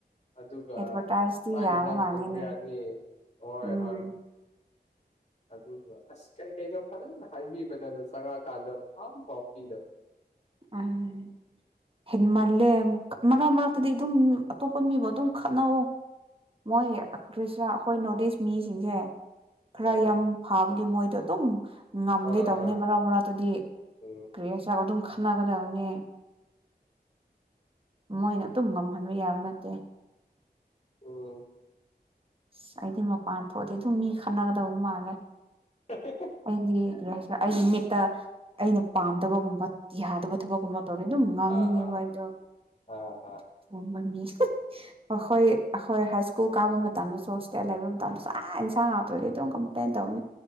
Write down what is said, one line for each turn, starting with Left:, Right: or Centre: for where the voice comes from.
Left: ꯑꯗꯨꯒ
Right: ꯑꯦꯗꯚꯔꯇꯥꯏꯁꯇꯤ
Left: ꯆꯥꯛ
Right: ꯌꯥꯕ
Left: ꯏꯟꯖꯥꯡ
Right: ꯃꯥꯜꯂꯦꯅꯦ
Left: ꯊꯣꯡꯕ ꯌꯥꯅꯤ ꯍꯣꯏ
Right: ꯎꯝ
Left: ꯍꯣꯏ ꯑꯗꯨꯒ ꯑꯁ ꯀꯩꯀꯩꯅꯣ ꯐꯖꯅ ꯍꯥꯏꯕꯤꯕꯅꯦ ꯑꯗꯣ ꯆꯪꯉꯛꯑꯀꯥꯟꯗ ꯑꯝ ꯐꯥꯎ ꯄꯤꯗꯕ
Right: ꯎꯝ ꯍꯦꯟꯃꯜꯂꯦ ꯃꯔꯛ ꯃꯔꯛꯇꯗꯤ ꯑꯗꯨꯝ ꯑꯇꯣꯞꯄ ꯃꯤꯕꯨ ꯑꯗꯨꯝ ꯈꯠꯅꯧꯑꯣ ꯃꯣꯏ ꯀ꯭ꯔꯤꯁꯤꯔꯥ ꯑꯩꯈꯣꯏ ꯅꯣꯠ ꯏꯁ ꯃꯤꯁꯤꯡꯁꯦ ꯈꯔ
Left: ꯑꯣ
Right: ꯌꯥꯝ ꯐꯥꯕꯒꯤ ꯃꯣꯏꯗꯣ ꯗꯨꯝ ꯉꯝꯒꯦ
Left: ꯍꯣꯏ
Right: ꯇꯧꯕꯅꯤ
Left: ꯍꯣꯏ
Right: ꯃꯔꯛ ꯃꯔꯥꯛꯇꯗꯤ
Left: ꯎꯝ
Right: ꯀ꯭ꯔꯤ ꯍꯥꯌꯁꯤꯔꯥ ꯑꯗꯨꯝ ꯈꯠꯅꯒꯗꯕꯅꯤ ꯃꯣꯏꯅ ꯑꯗꯨꯝ ꯉꯝꯍꯟꯕ ꯌꯥꯕ ꯅꯠꯇꯦ
Left: ꯎꯝ
Right: ꯑꯁ ꯑꯩꯗꯤ ꯃꯄꯥꯟ ꯊꯣꯛꯑꯗꯤ ꯑꯗꯨꯝ ꯃꯤ ꯈꯠꯅꯒꯗꯧꯕ ꯃꯥꯜꯂꯦ
Left: <unintelligible>
Right: ꯑꯩꯗꯤ ꯀꯔꯤ ꯍꯥꯏꯁꯤꯔ ꯑꯩꯒꯤ ꯃꯤꯠꯇ ꯑꯩꯅ ꯄꯥꯝꯗꯕꯒꯨꯝꯕ ꯌꯥꯗꯕ ꯊꯕꯛꯀꯨꯝꯕ ꯇꯣꯔꯦ ꯑꯗꯨꯝ ꯉꯥꯡꯅꯤꯡꯉꯦꯕ
Left: ꯑꯥ ꯑꯥ
Right: ꯑꯩꯗꯣ <unintelligible>
Left: ꯑꯥ ꯑꯥ
Right: ꯑꯈꯣꯏ ꯑꯈꯣꯏ ꯍꯥꯏꯁ ꯀꯨꯜ ꯀꯥꯕ ꯃꯇꯝꯗꯁꯨ ꯍꯣꯁꯇꯦꯜ ꯂꯩꯕ ꯃꯇꯝꯗꯁꯨ ꯑꯥ ꯏꯟꯁꯥꯡ ꯍꯥꯎꯇ꯭ꯔꯗꯤ ꯑꯗꯨꯝ ꯀꯝꯄ꯭ꯂꯦꯟ ꯇꯧꯅꯤ